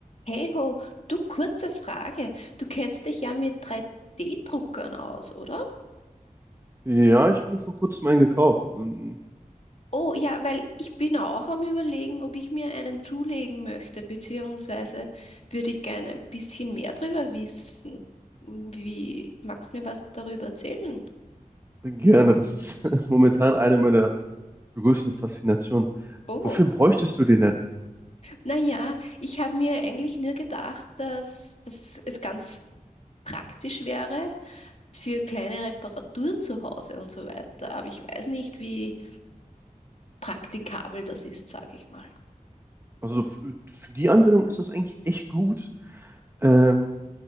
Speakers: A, on the left; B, on the right.
A: Hey ho, du kurze Frage. Du kennst dich ja mit 3D-Druckern aus, oder?
B: Ja, ich habe mir vor kurzem einen gekauft. Ähm,
A: Oh ja, weil ich bin auch am Überlegen, ob ich mir einen zulegen möchte, beziehungsweise würde ich gerne ein bisschen mehr darüber wissen. Wie, magst du mir was darüber erzählen?
B: gerne, das ist <laughs> momentan eine meiner größten Faszinationen.
A: Oh,
B: Wofür bräuchtest du den denn?
A: naja, ich habe mir eigentlich nur gedacht, dass, dass es ganz praktisch wäre für kleine Reparaturen zu Hause und so weiter. Aber ich weiß nicht, wie praktikabel das ist, sage ich mal.
B: Also für, für die Anwendung ist das eigentlich echt gut. Ähm,